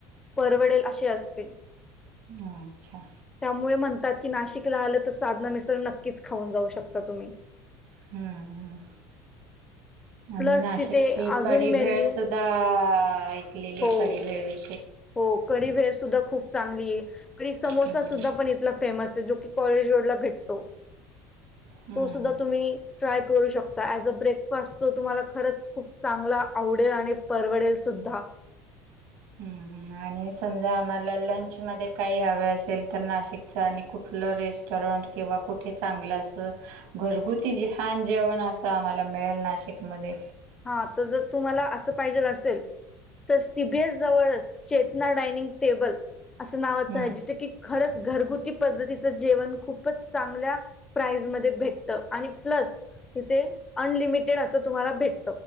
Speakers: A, on the left; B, on the right.
A: परवडेल अशी असते.
B: हा अच्छा.
A: त्यामुळे म्हणतात की नाशिकला आलं तर साधना मिशळ नक्कीच खाऊन जाऊ शकता तुम्ही.
B: हम्म हम्म.
A: प्लस
B: आमी नाशिकची
A: तिथे अजून
B: कडीभेळ
A: मेन्यू
B: सुद्धा लेली
A: हो
B: कडी भेळवी
A: हो कडी भेळ सुद्धा खूप चांगली आहे. कडी समोसा
B: हम्म
A: सुद्धा पण इथला फेमस आहे जो की कॉलेज रोड ला भेटतो.
B: हम्
A: तो सुद्धा तुम्ही ट्राय करू शकता. ऍज अ ब्रेकफास्ट तो तुम्हाला खरंच खूप चांगला आवडेल आणि परवडेल सुद्धा सुद्धा
B: हम्म हम्. आणि समजा आम्हाला लंचमध्येध्ये काही हवें असेल तर नाशिकच आणि कुठलं रेस्टॉरं किंवा कुठे चांगलं अस घरगुती जेहान जेवण असं आम्हाला मिळेल नाशिकमध्ये?
A: हा तर तुम्हाला अस पाहिजे तर सीबीयेस जवळ चेतना डायनिंग टेबल. असं नावाचं
B: हम्म
A: आहे जिथे की खरच घरगुती पद्धतीच जेवण खूपच चांगल्या प्राईजमध्ये भेटत आणि प्लस इथे अनलिमिटेड असं तुम्हाला भेट